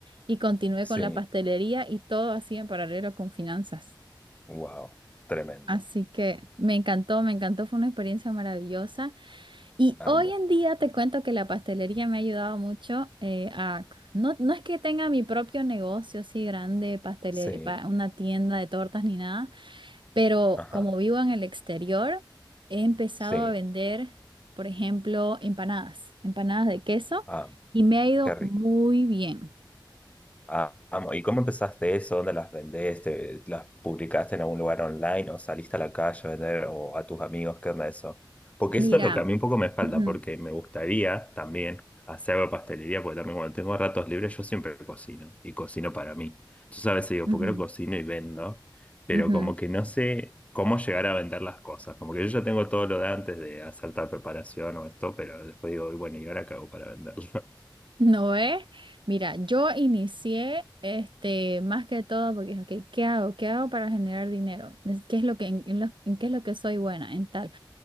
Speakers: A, on the right (about 70°); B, on the left (about 15°).
A: y continué
B: Sí,
A: con la pastelería y todo así en paralelo con finanzas.
B: wow, tremendo.
A: Así que me encantó, me encantó, fue una experiencia maravillosa. Y
B: Amo.
A: hoy en día te cuento que la pastelería me ha ayudado mucho eh, a... No, no es que tenga mi propio negocio así grande, pastelería,
B: Sí,
A: una tienda de tortas ni nada, pero
B: ajá,
A: como vivo en el exterior, he empezado
B: sí,
A: a vender, por ejemplo, empanadas, empanadas de queso,
B: ah,
A: y me ha ido
B: qué rico.
A: muy bien.
B: Ah, amo. ¿Y cómo empezaste eso? ¿Dónde las vendés? ¿Te- las publicaste en algún lugar online o saliste a la calle a vender o a tus amigos? ¿Qué onda eso? Porque
A: Mira,
B: eso es lo que a mí un poco me falta,
A: ujú,
B: porque me gustaría también hacer algo de pastelería, porque también cuando tengo ratos libres yo siempre cocino y cocino para mí. Entonces a veces digo,
A: ujú,
B: ¿por qué no cocino y vendo? Pero
A: ujú.
B: como que no sé cómo llegar a vender las cosas. Como que yo ya tengo todo lo de antes de hacer tal preparación o esto, pero después digo, "Y bueno, ¿y ahora qué hago para venderlo? <laughs>
A: No es. Mira, yo inicié este más que todo porque dije, ok, ¿qué hago? ¿Qué hago para generar dinero? Es- ¿Qué es lo que, en, en lo- en qué es lo que soy buena? En tal.